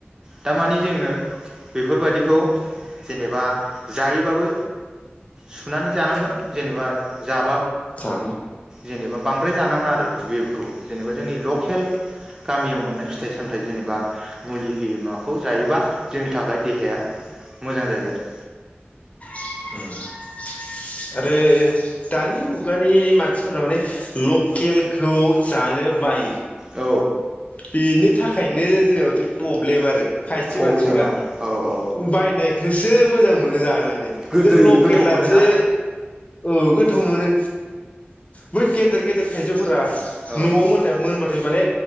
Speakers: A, on the right (about 20°); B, on the left (about 35°).
A: दा मानि जोङो बेफोरबायादिखौ जेनेबा जायोबाबो सुनानै जानांगोन जेनेबा जा
B: साम'
A: जेनेबा बांद्राय जानाङा आरो बेखौ जेनेबा जोंनि लकेल गामियाव मोननाय फिथाइ सामथाइ जेनेबा मुलि होयै माखौ जायोबा जोंनि थाखाय देहाया मोजां जायो आरो
B: <unintelligible> <unintelligible> आरो दानि मुगानि मानसिफोरा माने लकेलखौ जानो बायो
A: औ
B: बेनि थाखायनो बे आव सो प्रब्लेम आरो खायसे
A: प्रब्लेमा
B: मानसिफोरा
A: औ औ
B: बायनाय खौसो मोजां मोनो जानानै
A: गोदै
B: जों लकेलासो
A: गोथाव मोनोना
B: औ गोथाव मोनो बै गेदेर गेदेर थाइजौफोरा
A: औ
B: न'आव मोनया मोनबाथाय माने